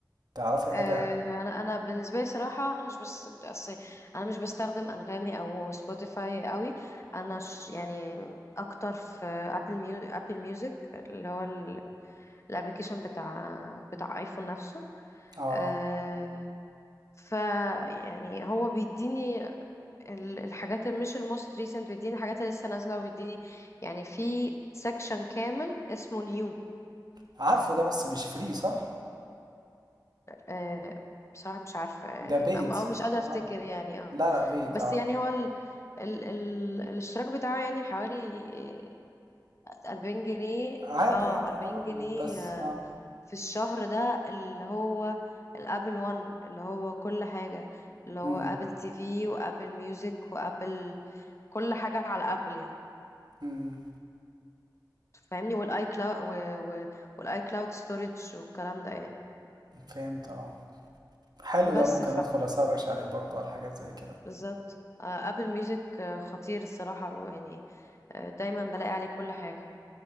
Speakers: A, on the right; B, on the left.
A: تعرفي حاجه
B: آه، انا انا بالنسبه لي صراحه انا مش بس أصل انا مش بستخدم انغامي او سبوتيفاي قوي انا ش يعني اكتر في ابل ميو ابل ميوزك اللي هو الابلكيشن بتاع بتاع ايفون نفسه
A: اه
B: أه ف يعني هو بيديني ال- الحاجات اللي مش الموست ريسنت بيديني الحاجات اللي لسه نازله وبيديني يعني في سكشن كامل اسمه نيو
A: عارفه ده بس مش فري صح
B: آه، بصراحة مش عارفة يعني
A: ده بيت
B: أم- أو مش قادرة أفتكر
A: اه
B: يعني اه
A: لا لا بيت
B: بس
A: اه
B: يعني هو ال... ال... ال... الاشتراك بتاعه يعني حوالي أربعين جنيه
A: عادي
B: اه
A: عادي
B: أربعين
A: اه
B: جنيه
A: بس
B: آه،
A: اه
B: في الشهر ده اللي هو الابل وان اللي هو كل حاجة اللي هو
A: امم
B: ابل تي في وابل ميوزك وابل كل حاجة على ابل يعني
A: امم
B: فاهمني والاي كلاود والاي كلاود ستورج والكلام ده يعني
A: فهمت اه حلو
B: بس
A: ده ممكن ادخل اسرش عليه برضو على حاجات زي كده
B: بالظبط ابل ميوزك خطير الصراحة يعني آه، دايما بلاقي عليه كل حاجة